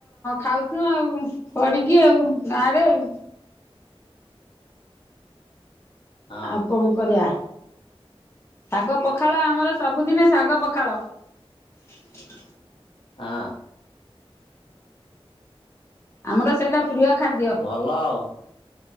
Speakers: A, on the left; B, on the left.
A: ଖାଉଚୁ ଆଉ ପଡିକି ଆଉ ଗାଁରେ ଆଉ
B: ହଁ
A: ଆଉ କଣ କରିବା ଶାଗ ପଖାଳ ଆମର ସବୁଦିନେ ଶାଗ ପଖାଳ ହ
B: ହଁ।
A: ଆମର ସେଇଟା ପ୍ରିୟ ଖାଦ୍ୟ
B: ଭଲ ଆଉ